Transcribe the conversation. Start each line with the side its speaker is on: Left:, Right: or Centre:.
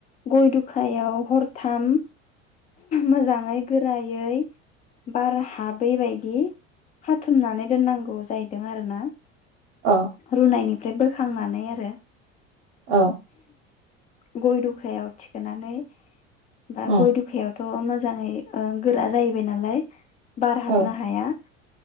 Left: गय दुखायाव हरथाम मोजाङै गोरायै बार हाबै बायदि हाथुमनानै दोननांगौ अ जाहैदों आरोना
Right: औ
Left: रुनायनि बोखांनानै आरो
Right: औ
Left: गय दुखायाव थिखोनानै बा
Right: उम
Left: गय दखायाव अ मोजाङै ओ गोरा जाहैबाय नालाय बार
Right: औ
Left: हाबनो हाया